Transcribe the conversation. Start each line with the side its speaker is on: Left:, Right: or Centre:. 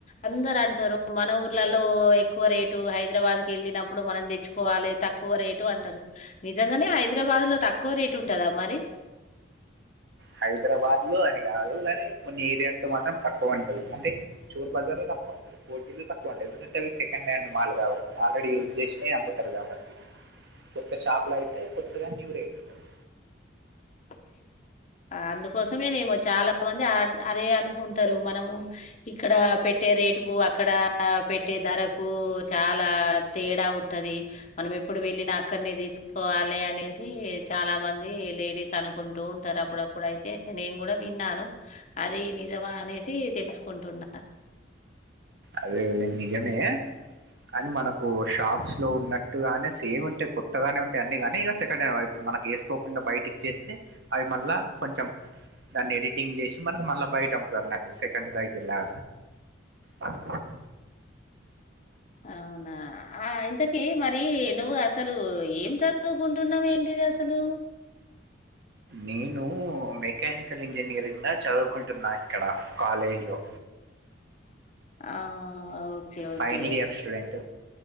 Left: అందరు అంటారు మన ఊర్లల్లో ఎక్ క్కువ రేటు హైదరాబాద్ కి వెళ్ళినప్పుడు మనం తెచ్చుకోవాలి తక్కువ రేటు అంటారు, నిజంగానే హైదరాబా బాద్ తక్కువ రేటు ఉంటదా మరి!
Right: హైదరాబాద్ లో అది కాదు కానీ కొన్ని ఏరియాస్ లో మాత్రం తక్కువ ఉంటాది అంటే చోరు బజార్ లో తక్కువ ఉంటాది కోటిలో తక్కువ ఉంటాయి ఎందుకంటే అవి సెకండ్ హ్యాండ్ మాలు కావట్టి ఆల్రెడీ యూజ్ చేసినవి అమ్ముతారు కాబట్టి కొత్త షాపులాయితే కొత్తగా న్యూ రేట్ ఉంటాది
Left: <inaudible> అందుకోసమేనేమో చాలా మంది అ అదే అనుకుంటారు మనము ఇక్కడ పెట్టే రేటు కు అక్కడ పెట్టే ధరకు చాలా తేడా ఉంటాది మనము ఎ ప్పుడు వెళ్ళిన అక్కడిని తీసుకోవాలి అనేసి చాలా మంది లేడీస్ అనుకుంటూ ఉంటారు అప్పుడప్పుడు అయితే నేను కూడా విన్నాను అది నిజమా అనేసి తెలుసుకు కొంటున్న
Right: అది నిజమే కానీ మనకు షాప్స్ లో ఉన్నట్టుగానే సేమ్ ఉంటాయి కొత్తగానే ఉంటాయి అన్నిగాని ఇగా సెకండ్ హ్యాండ్ వైపు మనకి వేసుకోకుండా బయట ఇచ్చేస్తే అవి మళ్ళ కొంచెం దాన్ని ఎడిటింగ్ చేసి మనకి మళ్ళా బయట అమ్ముతారు అన్నమాట సెకండ్ సైకిలా అ <inaudible>
Left: అవునా.. ! ఆ ఇంతకీ మరి నువ్వు అసలు ఏం చదువుకుంటున్నావు ఏంటిది అసలు
Right: నేను మెకానికల్ ఇంజినీరింగ్లా చదువుకుంటున్నా ఇక్కడ కాలేజీ లో
Left: ఆ okay okay
Right: final year student.